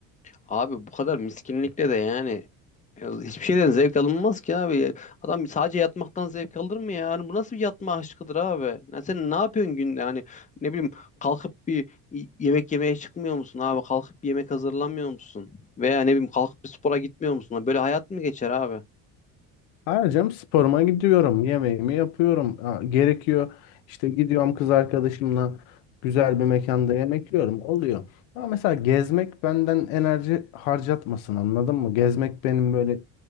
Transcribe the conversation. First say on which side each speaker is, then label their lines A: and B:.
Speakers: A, on the left; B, on the left.
A: abi bu kadar miskinlikle de yani ya hiçbir şeyden zevk alınmaz ki abi. Adam sadece yatmaktan zevk alır mı ya? Yani bu nasıl bir yatma aşkıdır abi? Ya sen ne yapıyorsun günde? Hani ne bileyim kalkıp bir y- yemek yemeye çıkmıyor musun abi? Kalkıp bir yemek hazırlamıyor musun? Veya ne bileyim kalkıp bir spora gitmiyor musun? Böyle hayat mı geçer abi?
B: Harcam sporuma gidiyorum. Yemeğimi yapıyorum. Ha, gerekiyor. İşte gidiyorum kız arkadaşımla güzel bir mekanda yemek yiyorum. Oluyor. Ama mesela gezmek benden enerji harcatmasın anladın mı? Gezmek benim böyle